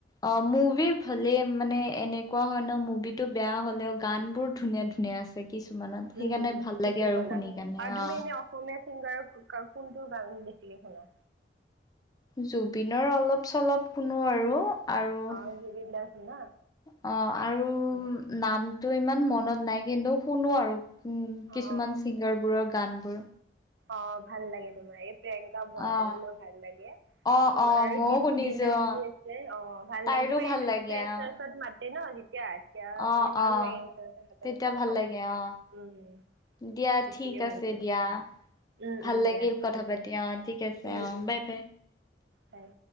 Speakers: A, on the left (about 20°); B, on the right (about 80°).
A: অহ। মুভি ভালে মানে এনেকুৱা হয় ন মুভি টো বেয়া হ'লেও
B: উম
A: গান বোৰ ধুনীয়া ধুনীয়া আছে। কিছুমানত সেইকাৰণে
B: উম'
A: ভাল লাগে
B: ঠিকে
A: আৰু
B: কলা
A: শুনি কাৰণে
B: আৰু তুমি
A: অ
B: এনে অসমীয়া চিংগাৰ কোনটো বেছিকে শুনা।
A: জুবিনৰ অলপ চলপ শুনো আৰু। আৰু অহ,
B: অ জুবিন দাৰ শুনা
A: আৰু
B: উম,
A: নাম তো ইমান মনত নাই কিন্তু শুনো আৰু উম, কিছুমান
B: অ
A: ছিংগাৰবোৰৰ গানবোৰ।
B: অহ' ভাল লাগে তোমাৰ এই প্ৰিয়ংকা ভৰালিলো
A: অ',
B: ভাল লাগে।
A: অ',
B: তোমাৰ
A: অ',
B: আৰু
A: ময়ো
B: দিপলিনা
A: শুনিছো
B: বুলি
A: অ',
B: আছে অহ, ভাল
A: তাইৰো
B: লাগে তোমাৰ
A: ভাল
B: এই
A: লাগে
B: ফ্ৰে
A: অ'।
B: চত ম এতিয়া, এতিয়া
A: অ',
B: মানে ভাল
A: অ',
B: লাগে তেওঁ লোকৰ
A: তেতিয়া ভাল
B: চংবোৰ
A: লাগে অ',
B: উম।
A: দিয়া
B: বেছিকে
A: ঠিক
B: ভাল
A: আছে দিয়া।
B: লাগে উম
A: ভাল
B: উম
A: লাগিল
B: দিয়া থেংক
A: কথা পাতি
B: ইউ
A: অহ, ঠিক আছে
B: উম
A: অ,
B: উম
A: বাই বাই।
B: বাই।